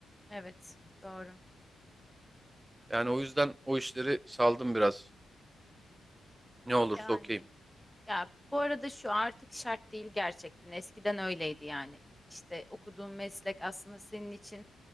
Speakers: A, in the centre; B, on the right (about 20°).
A: Evet, doğru.
B: Yani o yüzden o işleri saldım biraz. Ne olursa
A: Yani.
B: okeyim.
A: Ya bu arada şu artık şart değil gerçekten. Eskiden öyleydi yani. İşte okuduğun meslek aslında senin için